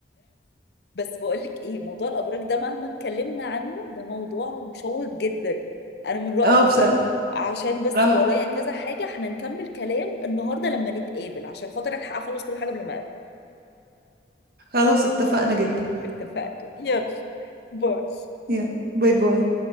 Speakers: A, on the left; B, on the right.
A: بس بقولك ايه موضوع الابراج ده مهما اتكلمنا عنه ده موضوع مشوق جدا انا من رايي
B: اه
A: عشان بس
B: بصراحة
A: ورايا كذا حاجه احنا نكمل كلام النهارده لما نتقابل عشان خاطر الحق اخلص كل حاجه قبل ما اقابل
B: خلاص اتفقنا جدا
A: اتفقنا يلا باي
B: يلا باي باي